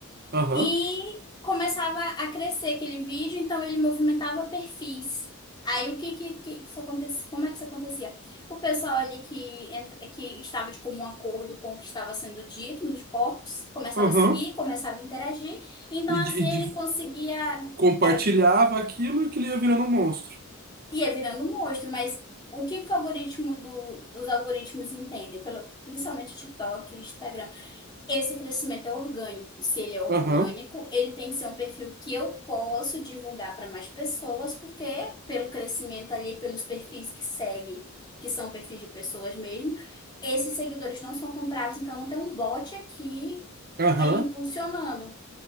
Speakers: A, on the right; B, on the left.
A: aham, aham,
B: e começava a crescer aquele vídeo, então ele movimentava perfis. Aí o que que, que isso acontecia? Como é que isso acontecia? O pessoal ali que, entra- que estava de comum acordo com o que estava sendo dito nos cortes, começava
A: aham.
B: a seguir, começava a interagir. Então
A: E de,
B: assim
A: e
B: ele
A: de-
B: conseguia
A: compartilhava
B: é,
A: aquilo e aquilo ia virando um monstro.
B: ia virando um monstro, mas o que que o algoritmo do, os algoritmos entendem, pelo, principalmente o TikTok, e Instagram esse crescimento é orgânico. Se ele é orgânico,
A: Aham,
B: ele tem que ser um perfil que eu posso divulgar para mais pessoas, porque pelo crescimento ali, pelos perfis que seguem, que são perfis de pessoas mesmo, esses seguidores não são comprados, então não tem um bot aqui
A: aham,
B: é impulsionando.